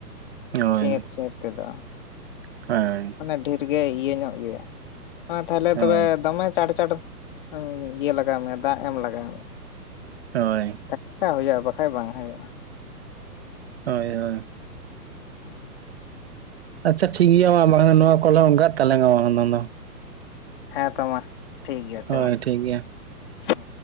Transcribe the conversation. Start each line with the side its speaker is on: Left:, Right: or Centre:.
Right: ᱦᱳᱭ
Left: ᱥᱮᱵᱽ ᱥᱮᱵᱽ ᱛᱮᱫᱚ
Right: <unintelligible>
Left: ᱢᱟᱱᱮ ᱰᱷᱮᱨ ᱜᱮ ᱤᱭᱟᱹ ᱧᱚᱜ ᱜᱮᱭᱟ ᱢᱟᱱᱮ ᱛᱟᱦᱞᱮ
Right: ᱦᱳᱭ
Left: ᱛᱚᱵᱮ ᱫᱚᱢᱮ <unintelligible> ᱩ ᱤᱭᱟᱹ ᱞᱟᱜᱟᱣ ᱢᱮ ᱫᱟᱜ ᱮᱢ ᱞᱟᱜᱟᱣ ᱢᱮ
Right: ᱦᱳᱭ
Left: <unintelligible> ᱦᱩᱭᱩᱜᱼᱟ, ᱵᱟᱠᱷᱟᱡ ᱵᱟᱝ ᱦᱩᱭᱩᱜᱼᱟ
Right: ᱦᱳᱭ ᱦᱳᱭ
Left: <inaudible>
Right: ᱟᱪᱪᱷᱟ ᱴᱷᱤᱠ ᱜᱮᱭᱟ ᱢᱟ ᱱᱚᱣᱟ <unintelligible>
Left: ᱦᱮᱸ ᱛᱚ ᱢᱟ ᱴᱷᱤᱠ ᱜᱮᱭᱟ ᱟᱪᱷᱟ
Right: ᱦᱳᱭ
Left: ᱢᱟ
Right: ᱴᱷᱤᱠ ᱜᱮᱭᱟ
Left: ᱦᱮᱸ᱾